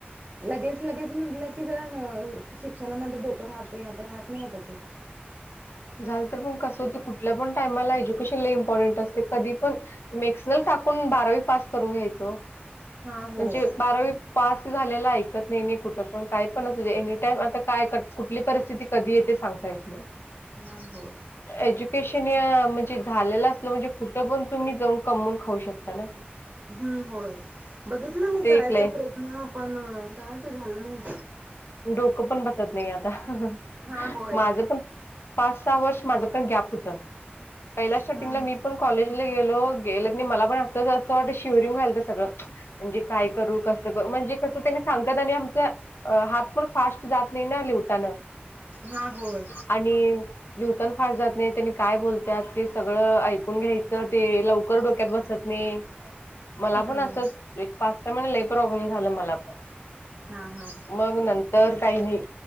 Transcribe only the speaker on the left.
झालं तर पण कस होतते कुठल्या पण टायमाला एज्युकेशनला इम्पॉर्टंट असते कधी पण मेक्सनल टाकून बारावी पास करून घ्यायच म्हणजे
बारावी पास झालेला ऐकत नाही नाही कुठं पण काय पण असू एनीटाइम आता काय कुठली परिस्थिती कधी येते सांगता येत नाही.
एज्युकेशन या म्हणजे झालेलं असलं म्हणजे कुठं पण तुम्ही जाऊन कमवून खाऊ शकता ना
ते
एक लय
डोकं पण बसत नाही ग आता
माझं पण पाच सहा वर्ष माझं पण गॅप होत पहिला
स्टार्टिंगला
मी पण कॉलेजला गेलो गेलत नाही मला पण असं असं वाटत शिवररिंग घायलं सगळं म्हणजे काय करू कसं कर म्हणजे कसं त्याने सांगतात आणि आमच हात. पण फास्ट जात नाही ना लिवताना
आणि लिहवतान फार जात नाही त्यांनी काय बोलतात ते सगळं ऐकून घ्यायचं ते लवकर डोक्यात बसत. नाही मला
पण असंच पाच टय महिने लई प्रॉब्लेम झालं मला पण
मग नंतर काही नाही